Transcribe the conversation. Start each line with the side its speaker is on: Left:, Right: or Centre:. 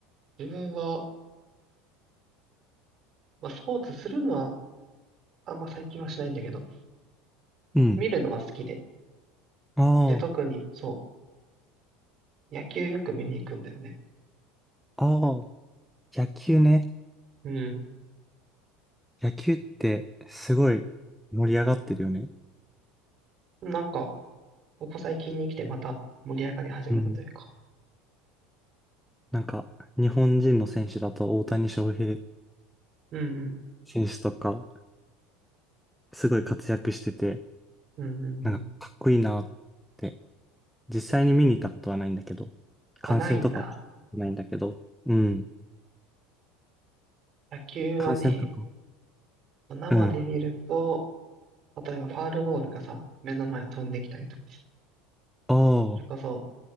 Right: 自分は、まあ、スポーツするのは、あんま最近はしないんだけど、
Centre: うん。
Right: 見るのは好きで。
Centre: あ
Right: で、特に、そう、野球よく見に行くんだよね。
Centre: あ、ああ、野球ね。
Right: うん。
Centre: 野球ってすごい盛り上がってるよね。
Right: なんか、ここ最近に来てまた盛り上がり始めたというか。
Centre: うん。なんか、日本人の選手だと大谷翔平
Right: うん
Centre: 選手とか、すごい活躍してて、
Right: うん。うんうんうん。
Centre: なんかかっこいいなって、実際に見に行ったことはないんだけど、
Right: あ、
Centre: 観戦とかはないんだけど、
Right: ないんだ。
Centre: うん。
Right: 野球はね、
Centre: 観戦とか。
Right: 生で見ると、
Centre: うん。
Right: 例えばファールボールがさ、目の前飛んできたりとかさ、
Centre: ああ、
Right: それこそ、